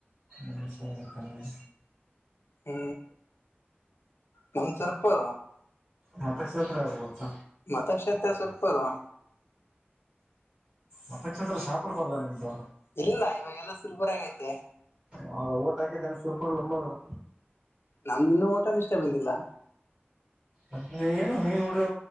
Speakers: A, on the right; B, on the left.
A: ಏನ್ ಸಮಾಚಾರ
B: ಹೂ ನಂದು ಸುರಪುರ
A: ಮಾತ ಕ್ಷೇತ್ರ ಯಾವ್ದು ಬರುತ
B: ಅದಕ್ಷತ್ರ ಸ್ವಲ್ಪರ್
A: ಮಾತ ಕ್ಷತ್ರ ಶಾಪು ಬರ್ಲ್ಲಾ ನಿಮ್ದು
B: ಇಲ್ಲ ಇವಾಗೆಲ್ಲ ಸುರ್ಪರಾಗೈತೆ
A: ಹ ಓಟ್ ಹಾಕಿದ್ದನ್ ಶುರ್ಪುರ್ಂಬದರು
B: ನಮ್ದ ಇನ್ನು ಹೋಟೆಲ್ ಇಷ್ಟೇ ಬಂದಿಲ್ಲ
A: ಅದ ಏನು ನೀನ್ ನೋಡ್ರ